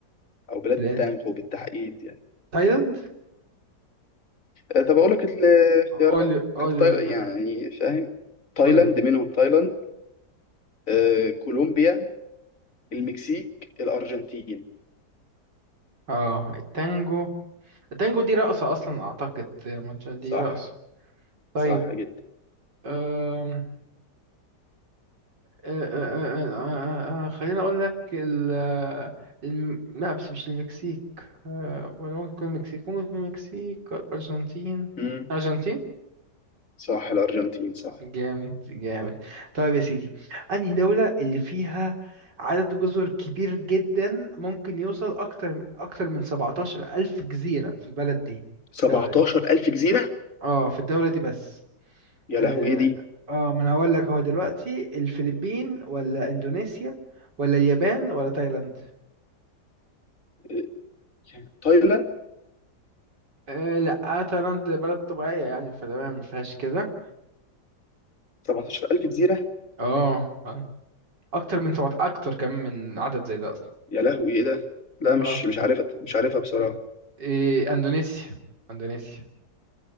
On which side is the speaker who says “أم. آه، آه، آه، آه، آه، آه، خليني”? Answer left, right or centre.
Right